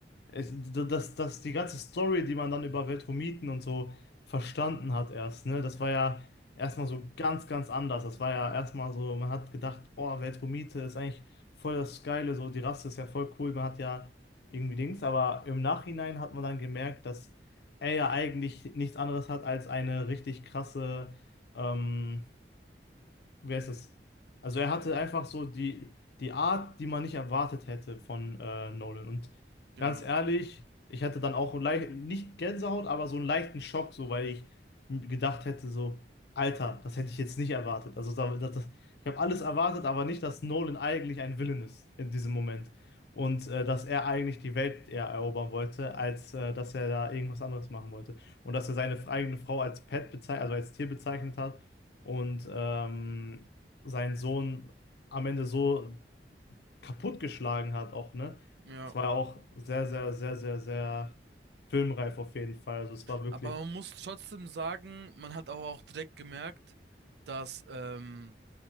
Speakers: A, on the left; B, on the right.
A: Es, das, das, die ganze Story, die man dann über Veltromiten und so verstanden hat erst, ne? Das war ja erstmal so ganz, ganz anders. Das war ja erstmal so, man hat gedacht, boah, Veltromite ist eigentlich voll das Geile, so die Rasse ist ja voll cool, man hat ja irgendwie Dings, aber im Nachhinein hat man dann gemerkt, dass er ja eigentlich nichts anderes hat als eine richtig krasse, ähm, Wer ist es? Also er hatte einfach so die, die Art, die man nicht erwartet hätte von äh, Nolan. Und
B: genau,
A: ganz ehrlich, ich hatte dann auch leicht, nicht Gänsehaut, aber so einen leichten Schock, so weil ich m- gedacht hätte, so, Alter, das hätte ich jetzt nicht erwartet. Also da, das, das, ich habe alles erwartet, aber nicht, dass Nolan eigentlich ein Villain ist in diesem Moment. Und äh, dass er eigentlich die Welt eher erobern wollte, als äh, dass er da irgendwas anderes machen wollte. Und dass er seine eigene Frau als Pet bezeichnet, also als Tier bezeichnet hat und ähm, seinen Sohn am Ende so kaputtgeschlagen hat auch, ne?
B: ja.
A: Es war auch sehr, sehr, sehr, sehr, sehr filmreif auf jeden Fall. Also es war wirklich,
B: Aber man muss trotzdem sagen, man hat aber auch direkt gemerkt, dass ähm,